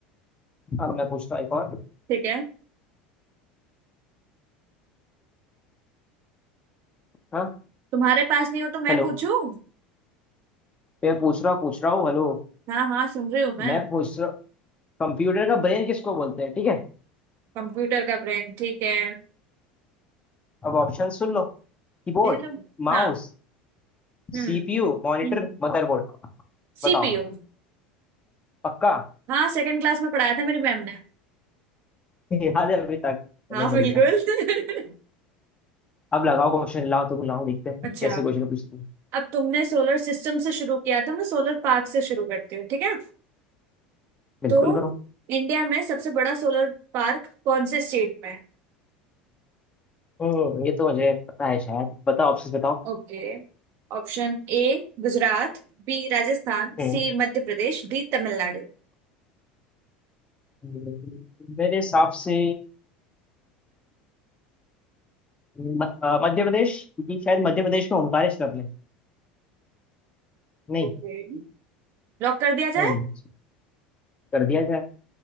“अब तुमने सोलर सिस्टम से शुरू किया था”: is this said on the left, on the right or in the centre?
Right